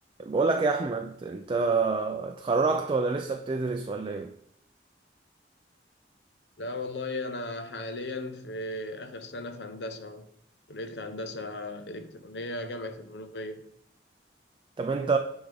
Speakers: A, on the right; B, on the left.
A: بقول لك يا احمد انت اتخرجت ولا لسه بتدرس ولا ايه
B: لا والله أنا حاليا في آخر سنة في هندسة كلية الهندسة الإلكترونية جامعة المنوفية
A: طب انت